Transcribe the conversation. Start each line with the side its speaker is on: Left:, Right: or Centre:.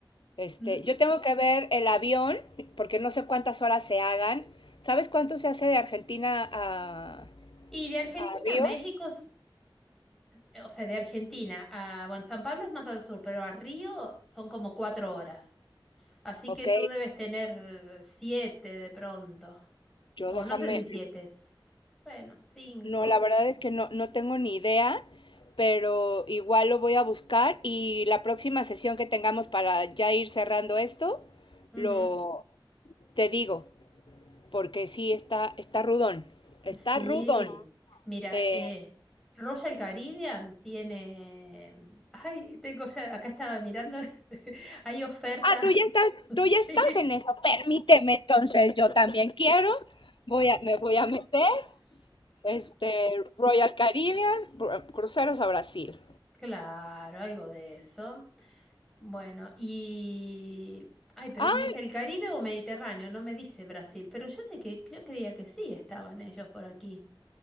Left: Este,
Centre: ¿m?
Left: yo tengo que ver el avión, porque no sé cuántas horas se hagan. ¿Sabes cuánto se hace de Argentina a,
Centre: Y de Argentina
Left: a Río?
Centre: a México, s- eh, o sea, de Argentina a, bueno, San Pablo es más al sur, pero a Río son como cuatro horas. Así
Left: Ok,
Centre: que tú debes tener siete de pronto.
Left: yo
Centre: O
Left: déjame.
Centre: no sé si siete. s- Bueno, cinco.
Left: No, la verdad es que no, no tengo ni idea, pero igual lo voy a buscar y la próxima sesión que tengamos para ya ir cerrando esto,
Centre: Ujú.
Left: lo te digo, porque sí está, está rudón. Está
Centre: Sí.
Left: rudón.
Centre: Mira,
Left: Eh,
Centre: eh, Royal Caribbean tiene. mm, Ay, tengo, o sea, acá estaba mirando. <laughs> Hay oferta.
Left: Ah, tú ya estás,
Centre: <laughs>
Left: tú
Centre: Sí.
Left: ya estás en eso. Permíteme, entonces yo también quiero. Voy a, me voy a meter, este, Royal Caribbean, br- cruceros a Brasil.
Centre: Claro, algo de eso. Bueno, y... Ay, pero
Left: Ah,
Centre: me dice el Caribe o Mediterráneo, no me dice Brasil, pero yo sé que yo creía que sí estaban ellos por aquí.